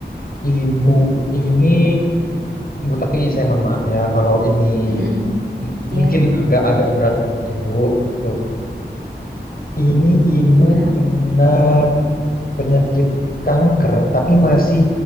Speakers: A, on the left; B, on the right.
A: Ibu ini, Bu, tapi saya mohon maaf ya kalau ini
B: Mm-mm,
A: m-
B: Iya,
A: mungkin agak-agak berat untuk Ibu gitu. Ini Ibu
B: gimana dok?
A: kena penyakit kanker, tapi masih